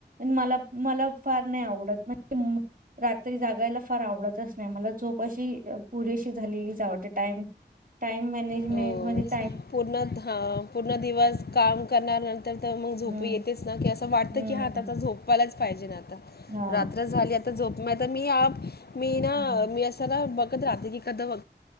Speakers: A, on the right; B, on the left.
A: म ला. मला फार नाही आवडत म्हणजे.. रात्री जागायला फार आवडत नाही.. मला झोप अशी पुरेशी झालेलीच आवडते टाईम. टाईम मॅनेजमेंट
B: हो
A: म्हणजे आ.....
B: पूर्ण ह... पूर्ण दिवस काम करणार नंतर तर मग झोप
A: हम्म
B: येतेच ना की असं वाटत
A: हम्म
B: कि.. कि हा आता -आता झोपवायलाच पाहिजेन आता.
A: हा
B: रात्र झाली आता झोप नाय तर मी आप.... मी ना
A: हम्म
B: मी असस ना बघत राहते की कदी व